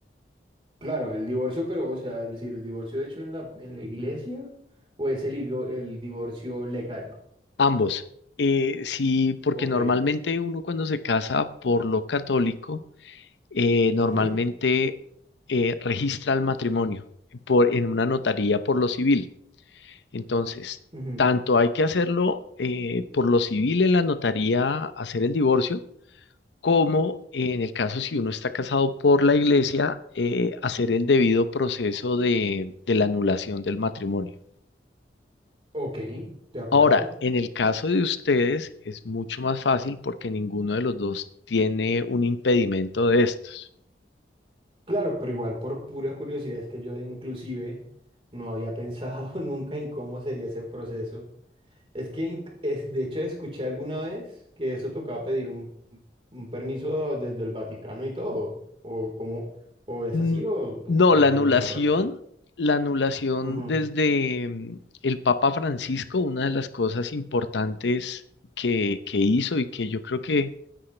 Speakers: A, on the right; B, on the left.
A: claro, el divorcio, pero, o sea, es decir, el divorcio hecho en la, en la iglesia o es el, divo- el divorcio legal.
B: Ambos. Eh, sí, porque
A: Ok,
B: normalmente uno cuando se casa por lo católico, eh, normalmente
A: ujú,
B: eh, registra el matrimonio por, en una notaría por lo civil. Entonces,
A: ujú,
B: tanto hay que hacerlo eh, por lo civil en la notaría, hacer el divorcio, como en el caso si uno está casado por la iglesia, eh, hacer el debido proceso de, de la anulación del matrimonio.
A: Ok, de acuerdo.
B: Ahora, en el caso de ustedes es mucho más fácil porque ninguno de los dos tiene un impedimento de estos.
A: Claro, pero igual por pura curiosidad es que yo inclusive no había pensado <laughs> nunca en cómo sería ese proceso. Es que, inc- es, de hecho, escuché alguna vez que eso tocaba pedir un, un permiso desde el Vaticano y todo, o como, o es
B: Mm,
A: así o, o
B: No,
A: tiene
B: la
A: alguna
B: anulación,
A: otra cosa.
B: la anulación
A: Ujú,
B: desde mm, el Papa Francisco, una de las cosas importantes que, que hizo y que yo creo que,